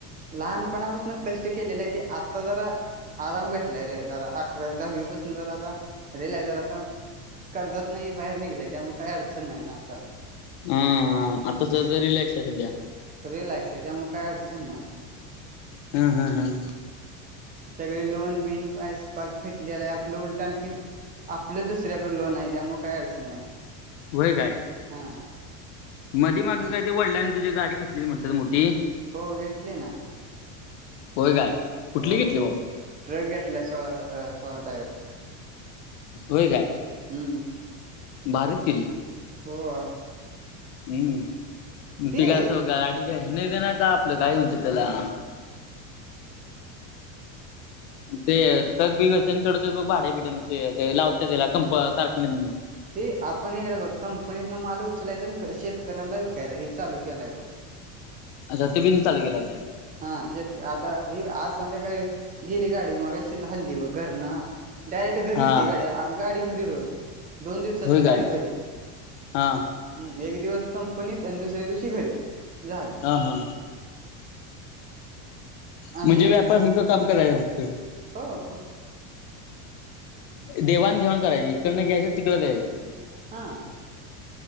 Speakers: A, on the right (about 20°); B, on the left (about 60°).
A: लहानपणापासून कष्ट केलेलं आहे, ते आत्ता जरा आराम भेटलाय रे जरा, अकरा दहावीपासून जर आता रिलॅ य ज आता कर्जात नाही बाहेर निघलंय, त्यामुळं काही अडचण नाही ना आता.
B: हा
A: हम्म
B: आताच रिलॅक्स आहे सध्या.
A: रिलॅक्स आहे, त्यामुळे काय अडचण नाही आता.
B: हम्म हम्म हम्म
A: सगळे लोन बिन पास फिटलेला आहे, आपलं उलट आणकिन आपलं दुसऱ्याकडे लोन आहे, त्यामुळे काही अडचण नाही.
B: होय काय?
A: हां.
B: मधी माग काय तर वडिलांनी तुझा गाडी घेतलेली म्हणत्यात मोठी?
A: हो घेतली ना.
B: होय काय? कुठली
A: हो,
B: घेतली बा
A: ट्रक घेतलाय सोळा सोळा टायरचा.
B: होय काय?
A: हम्म.
B: भारीच की रे.
A: होय.
B: हम्म, ति
A: ते
B: काय असं गाडी काय हे न देणार का आपलं काय म्हणत्यात तेला ते टग बी हेचान चढत बग भाडे बिडे म्हणे लावत्यात त्याला कंप कारखान्यातनी?
A: हे आपण इकड बघ कंपनीतन माल उचलायचा आणि शेतकऱ्यांला विकायचा, हेच चालू केलंय बघ.
B: रतीब हिनच चालू केलाय काय?
A: हा शेत आता आज संध्याकाळी गेली गाडी मगाशीच हल्ली बग घरन डायरेक्ट घरी
B: हा
A: येतिया गाडी, गाडी घरी रोज दोन दिवसातन
B: होय काय
A: गाडी घरी.
B: हा
A: हम्म एक दिवस कंपनीत आणि दुसऱ्या दिवशी घरी झाल.
B: हा हा
A: आणि
B: म्हणजे व्यापारां सारख काम करायला फक्त.
A: हो फक्त
B: देवाण घेऊन करायची, इकडनं घ्यायचं तिकडं द्यायचं.
A: हां.